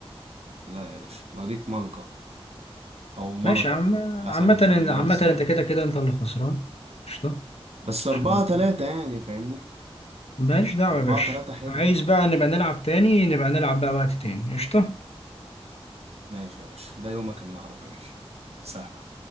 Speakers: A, on the right (about 85°); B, on the left (about 80°).
A: لا يا باشا مضيق ملقا او
B: ماشي
A: ملقا
B: يا عم
A: حسب
B: عامة
A: انت هتقرا
B: عامة
A: ازاي
B: أنت كده كده أنت اللي خسران قشطة
A: بس اربعة
B: عشان
A: تلاتة يعني فاهمني
B: ماليش دعوة
A: اربعة
B: يا باشا
A: تلاتة حلوة
B: عايز
A: بقى.
B: بقى نبقى نلعب تاني نبقى نلعب بقى وقت تاني قشطة
A: ماشي يا باشا ده يومك النهاردة ماشي سهلة